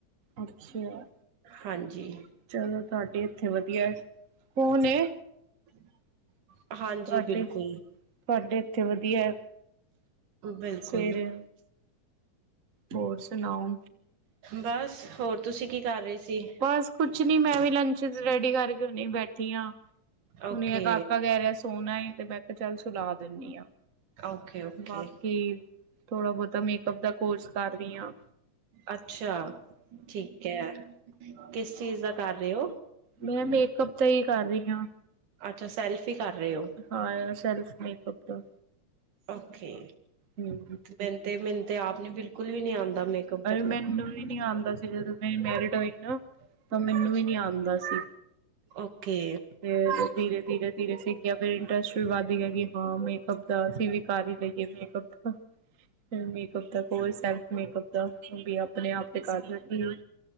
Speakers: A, on the right; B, on the right.
A: ਅੱਛਾ
B: ਹਾਂਜੀ
A: ਚਲੋ ਤੁਹਾਡੇ ਇੱਥੇ ਵਧੀਆ ਕੌਣ ਏ।
B: <unintelligible> ਹਾਂਜੀ
A: ਤੁਹਾਡੇ,
B: ਬਿਲਕੁਲ
A: ਤੁਹਾਡੇ ਇੱਥੇ ਵਧੀਆ ਹੈ।
B: ਬਿਲਕੁਲ
A: ਸਵੇਰੇ ਹੋਰ ਸੁਣਾਓ।
B: ਬਸ ਹੋਰ ਤੁਸੀਂ ਕੀ ਕਰ ਰਹੇ। ਸੀ
A: ਬਸ ਕੁੱਛ ਨਹੀਂ ਮੈਂ ਵੀ ਲੰਚ ਰੈਡੀ ਕਰਕੇ ਹੂਣੇ ਬੈਠੀ ਹਾਂ।
B: ਓਕੇ
A: ਹੁਣੇ ਕਾਕਾ ਕਹਿ ਰਿਹਾ ਸੀ ਸੋਣਾ ਏ ਤੇ ਮੈਂ ਕਿਹਾ ਚੱਲ ਸੁਲਾ ਦਿੰਦੀ ਹਾਂ
B: ਓਕੇ ਓਕੇ
A: ਬਾਕੀ ਥੋੜ੍ਹਾ ਬਹੁਤਾ ਮੇਕਅੱਪ ਦਾ ਕੋਰਸ ਕਰ ਰਹੀ ਹਾਂ।
B: ਅੱਛਾ ਠੀਕ ਹੈ ਕਿਸ ਚੀਜ਼ ਦਾ ਕਰ ਰਹੇ ਹੋ।
A: ਮੈਂ ਮੇਕਅਪ ਦਾ ਹੀ ਕਰ ਰਹੀ ਹਾਂ।
B: ਅੱਛਾ ਸੈਲਫ ਹੀ ਕਰ ਰਹੇ ਹੋ।
A: ਹਾਂ ਸੈਲਫ ਮੇਕਅਪ ਦਾ।
B: ਓਕੇ।
A: ਹੂੰ,
B: ਮੈਨੂੰ ਤੇ ਮੈਨੂੰ ਤੇ ਆਪ ਨੀ ਬਿਲਕੁਲ ਵੀ ਨੀ ਆਉਂਦਾ ਮੇਕਅਪ ਕਰਨਾ
A: ਮੈਨੂੰ ਨ ਨੀ ਆਦਾ ਸੀ ਜਦੋਂ ਮੈਂ ਮੈਰਿਡ ਹੋਈ ਨਾ ਤਾਂ ਮੈਨੂੰ ਵੀ ਨੀ ਆਦਾ ਸੀ।
B: ਓਕੇ।
A: ਫੇਰ ਧੀਰੇ ਧੀਰੇ-ਧੀਰੇ ਸਿੱਖ ਗਿਆ ਫੇਰ ਇੰਟਰਸਟ ਵੀ ਵੱਧ ਗਿਆ ਕਿ ਹਾਂ ਮੇਕਅੱਪ ਦਾ ਅਸੀਂ ਵੀ ਕਰ ਹੀ ਲਈਏ ਮੇਕਅਪ ਦਾ। ਮੇਕਅਪ ਦਾ ਕੋਈ ਸੈਲਫ ਮੇਕਅਪ ਦਾ ਆਪਣੇ ਆਪ ਤੇ ਕਰ ਰੀ